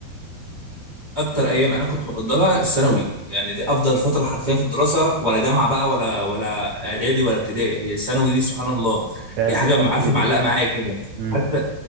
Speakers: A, on the right; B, on the right.
A: اكتر ايام انا كنت بفضلها الثانوي يعني دي افضل فتره حرفيا في الدراسه ولا جامعه بقى ولا ولا اعدادي ولا ابتدائي هي الثانوي دي سبحان الله
B: فعلا
A: هي حاجه
B: متفق
A: م- عارفه
B: جدا
A: معلقه معايا كده
B: امم
A: حتى